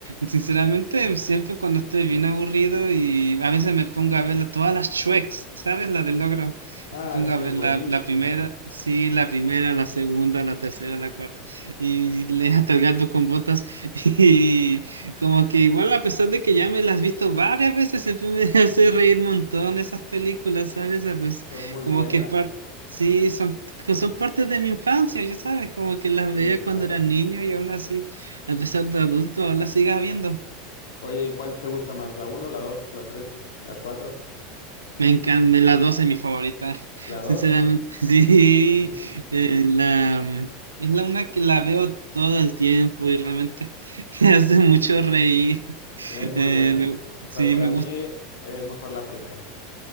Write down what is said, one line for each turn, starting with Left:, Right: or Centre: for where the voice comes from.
Right: sinceramente, siempre cuando estoy bien aburrido y a veces me pongo a ver la- todas las Shreks, ¿sabes? La del logro.
Left: Ah,
Right: Me pongo
Left: sí,
Right: a ver
Left: buenísima,
Right: la, la primera, sí, la primera, la segunda, la tercera, la cuarta. Y le <laughs> hasta el gato con botas. Y como que igual, a pesar de que ya me las he visto varias veces, siempre me <laughs> hace reír un montón esas películas, ¿sabes? Ah, Pues,
Left: son muy
Right: como
Left: buenas.
Right: que es par- Sí, son, que son partes de mi infancia, ya sabes, como que las
Left: Sí,
Right: veía cuando
Left: claro.
Right: era niño y aún así, a pesar de adulto, aún las sigas viendo.
Left: Oye, ¿y cuál te gusta más? ¿La uno, la 2, la 3, la 4,
Right: Me encanta, la dos es mi favorita, <laughs>
Left: la dos
Right: sinceramente. Sí,
Left: <laughs>
Right: eh, la, mm, es la una que la veo todo el tiempo y realmente <laughs> me hace mucho reír. <laughs>
Left: Es muy
Right: Eh,
Left: buena,
Right: me-
Left: pero
Right: sí,
Left: para
Right: me gusta.
Left: mí es mejor la primera.